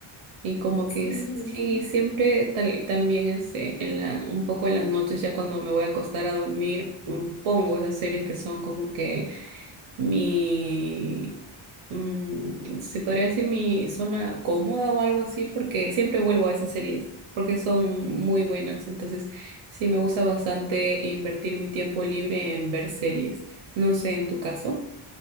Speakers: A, on the right; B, on the left.
A: Y como
B: Sí,
A: que s-
B: sí,
A: sí,
B: sí.
A: siempre tal, también este, en la, un poco en las noches, ya cuando me voy a acostar a dormir, mm, pongo esas series que son como que mi, mm, se podría decir mi zona cómoda o algo así, porque siempre vuelvo a esas series, porque son muy buenas. Entonces, sí, me gusta bastante invertir mi tiempo libre en ver series. No sé, en tu caso.